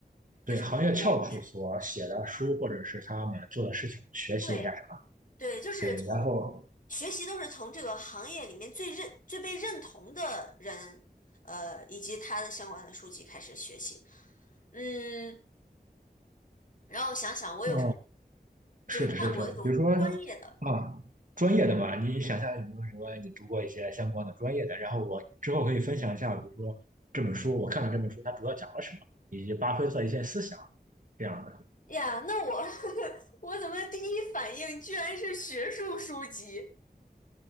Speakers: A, on the right; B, on the left.
A: 对行业翘楚所写的书，
B: 就是行业里面，
A: 或者是他们做的事情，学习一下什么。
B: 对对，就是从
A: 对，然后，
B: 学习都是从这个行业里面最认最被认同的人，呃，以及他的相关的书籍开始学习。嗯，然后我想想，我有什么
A: 嗯，是的，
B: 就是看过那种专业的。
A: 是的。比如说，啊，专业的嘛，你想象有没有什么你读过一些相关的专业的？然后我之后可以分享一下，比如说这本书，我看了这本书它主要讲了什么，以及巴菲特一些思想这样的。
B: 呀，那我 <laughs> 我怎么第一反应居然是学术书籍，